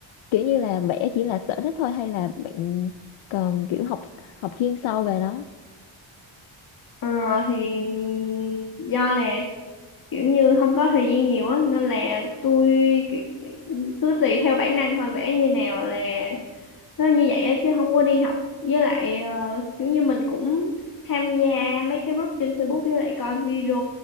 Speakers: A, on the left; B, on the left.
A: kiểu như là vẽ chỉ là sở thích thôi hay là bạn còn kiểu học học chuyên sâu về nó?
B: Ờ, thì do là kiểu như không có thời gian nhiều á nên là tôi ki- cứ tùy theo bản năng thôi vẽ như nào là nó như vậy á chứ không có đi học với lại ờ, kiểu như mình cũng tham gia mấy cái group trên Facebook với lại coi video